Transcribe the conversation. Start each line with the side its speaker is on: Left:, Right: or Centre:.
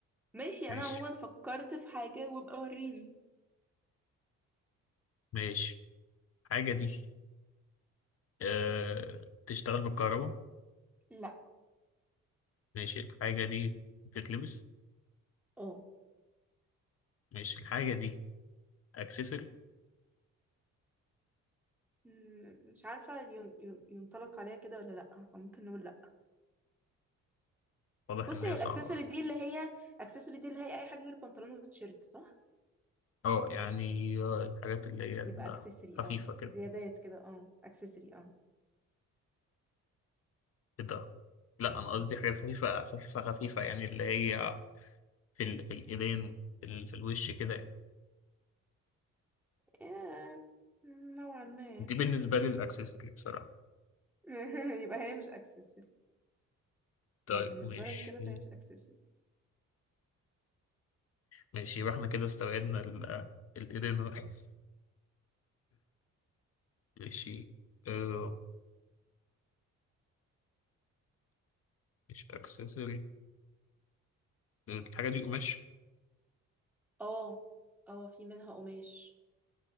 Centre: ماشي
Left: ماشي
Centre: انا عموما فكرت في حاجه وابقى وريني
Left: ماشي الحاجة دي أه... تشتغل بالكهرباء
Centre: لا
Left: ماشي الحاجة دي بتتلبس
Centre: اه
Left: ماشي الحاجة دي أكسسوري
Centre: م- مش عارفه ين- ين- ينطلق عليها كده ولا لا فممكن نقول لا
Left: واضح
Centre: بص
Left: إن هي
Centre: هي الاكسسوري
Left: صعبة
Centre: دي اللي هي اكسسوري دي اللي هي اي حاجه غير بنطلون وتيشيرت صح
Left: اه يعني آه، الحاجات اللي هي
Centre: يبقى اكسسوري
Left: الخفيفة
Centre: اه
Left: كده
Centre: زيادات كده اه اكسسوري اه
Left: كده لا انا قصدي حاجات خفيفه خفيفه خفيفه يعني اللي هي في ال... في الايدين في, ال... في الوش كده يعني.
Centre: ياه، نوعا ما
Left: دي بالنسبه لي الاكسسوري بصراحه
Centre: <laughs> يبقى هي مش اكسسوري
Left: طيب
Centre: ما بالنسبة
Left: ماشي
Centre: لك كده فهي مش اكسسوري
Left: ماشي يبقى احنا كده استوعبنا ال... الايدين <laughs> ماشي آه... مش اكسسوري الحاجه دي قماش
Centre: اه اه في منها قماش